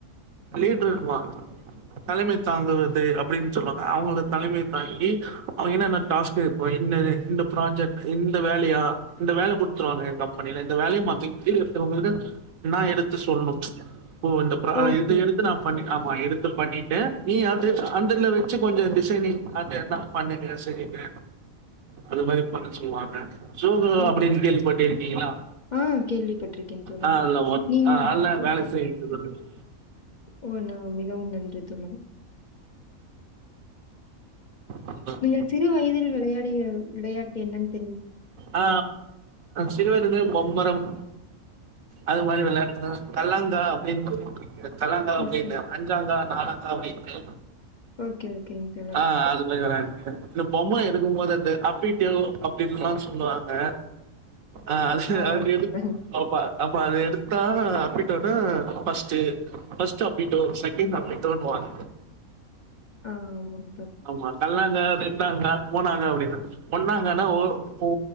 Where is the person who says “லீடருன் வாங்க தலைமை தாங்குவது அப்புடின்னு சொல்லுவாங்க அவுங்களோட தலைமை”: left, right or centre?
Right